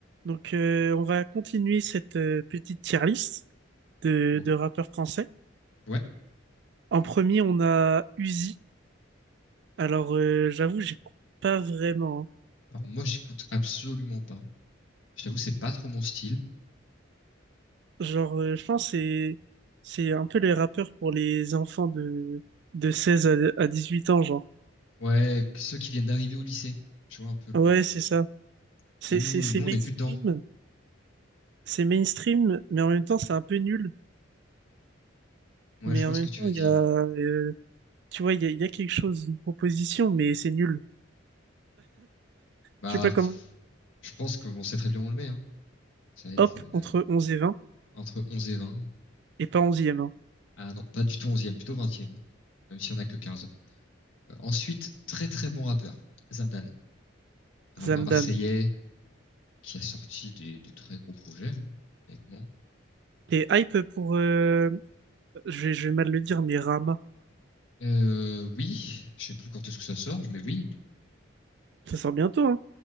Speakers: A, on the right; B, on the left.
A: Donc, euh, on va continuer cette euh, petite tier list de,
B: Ou-
A: de rappeurs français.
B: Ouais.
A: En premier, on a Uzi. Alors, euh, j'avoue, j'écoute pas vraiment.
B: Alors moi, j'écoute absolument pas. Je t'avoue, c'est pas trop mon style.
A: hein. Genre, euh, je pense que c'est c'est un peu les rappeurs pour les enfants de de 16 à, à 18 ans, genre.
B: Ouais, que ceux qui viennent d'arriver au lycée. Je vois un peu le...
A: Ouais, c'est ça. C'est
B: Nous,
A: c'est c'est
B: nous,
A: mainstream,
B: on n'est plus dedans.
A: c'est mainstream, mais en même temps, c'est un peu nul.
B: Moi,
A: Mais
B: je vois
A: en
B: ce
A: même
B: que tu
A: temps,
B: veux
A: il
B: dire.
A: y a euh, tu vois, il y a, il y a quelque chose, une proposition, mais c'est nul.
B: Bah,
A: Je sais pas comment.
B: pff, je pense que on sait très bien où on le met, hein. Ça va être
A: Hop,
B: euh,
A: entre 11 et vingt
B: entre 11 et 20.
A: et pas 11e.
B: Ah non, pas du tout onzième, plutôt vingtième. Même si on a que 15. Euh, ensuite, très très bon rappeur. Zamdan. Un
A: Zamdan.
B: rappeur marseillais qui a sorti des, des très gros projets, hein, honnêtement.
A: T'es hype pour, euh, je vais, je vais mal le dire, mais Rama.
B: Euh, oui, je sais plus quand est-ce que ça sort, mais oui.
A: Ça sort bientôt, hein?